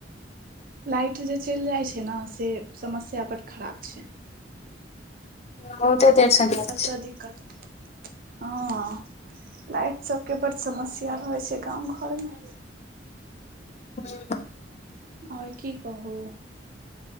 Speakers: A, on the right; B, on the left.
A: लाइट जे चइल जाइ छै न, से समस्या बड खराब छै।
B: बहुते देर से गेल
A: सबस
B: छी
A: दिक्कत हँ। लाइट सबके बड समस्या रहै छै गाँंव घर में।
B: हूं।
A: और की कहू।